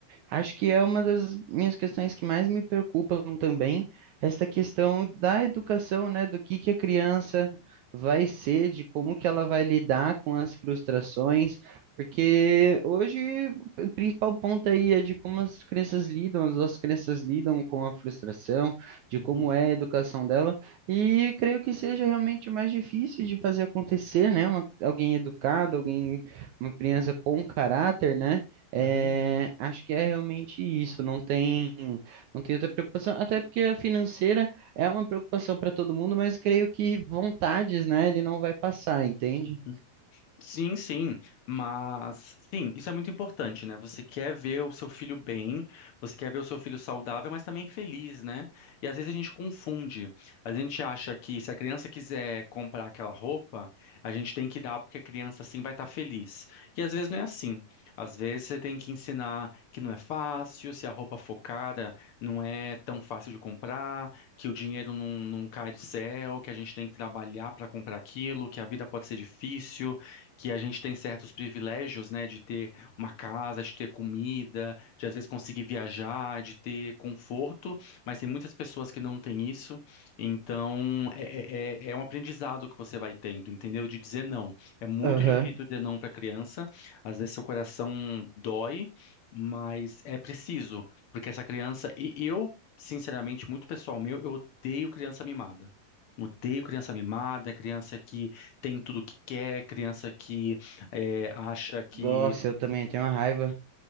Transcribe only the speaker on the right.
Acho que é uma das minhas questões que mais me preocupam também, esta questão da educação, né, do que que a criança vai ser, de como que ela vai lidar com as frustrações, porque hoje o principal ponto aí é de como as crianças lidam, as nossas crianças lidam com a frustração, de
como é a educação dela, e creio que seja realmente o mais difícil de fazer acontecer, né, uma, alguém educado, alguém, uma criança com caráter, né, é,
acho que é realmente isso, não tem, não tem outra preocupação, até porque a financeira é uma preocupação para todo mundo, mas creio que vontades, né, ele não vai passar, entende?
Aham.
Nossa, eu também tenho uma raiva.